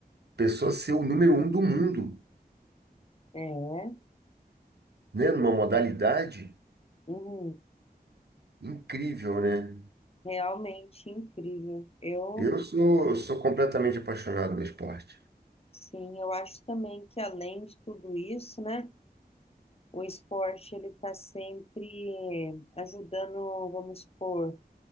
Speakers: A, on the right; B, on the left.
A: pessoa ser o número um do mundo,
B: É,
A: né? Numa modalidade
B: uhum,
A: incrível, né?
B: realmente incrível. Eu,
A: Eu sou, eu sou completamente apaixonado no esporte.
B: sim, eu acho também que além de tudo isso, né? O esporte, ele está sempre ajudando, vamos supor,